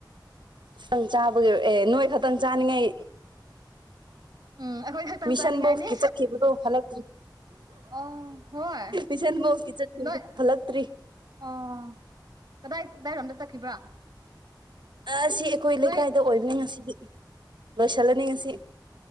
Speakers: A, on the right (about 75°); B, on the right (about 55°).
A: ꯈꯤꯇꯪ ꯆꯥꯕꯒꯤ ꯑꯦ ꯅꯣꯏ ꯈꯛꯇꯪ ꯆꯥꯅꯤꯡꯉꯥꯏ
B: ꯎꯝ ꯑꯩꯈꯣꯏ ꯈꯛꯇꯪ
A: ꯃꯤꯁꯟꯕꯣꯛꯀꯤ
B: ꯆꯥꯅꯤꯡꯉꯥꯏꯅꯤ
A: ꯆꯠꯈꯤꯕꯗꯣ ꯍꯜꯂꯛꯇ꯭ꯔꯤ
B: ꯑꯣ ꯍꯣꯏ
A: ꯃꯤꯁꯟ ꯕꯣꯛꯀꯤ ꯆꯠꯈꯤꯕꯗꯨ
B: ꯅꯣꯏ
A: ꯍꯜꯂꯛꯇ꯭ꯔꯤ
B: ꯑꯣ ꯀꯗꯥꯏ ꯀꯗꯥꯏꯔꯣꯝꯗ ꯆꯠꯈꯤꯕ꯭ꯔꯥ
A: ꯑꯁꯤ ꯑꯩꯈꯣꯏ ꯂꯩꯀꯥꯏꯗ
B: ꯅꯣꯏ
A: ꯑꯣꯏꯕꯅꯤ ꯉꯁꯤꯗꯤ ꯂꯣꯏꯁꯤꯜꯂꯅꯤ ꯉꯁꯤ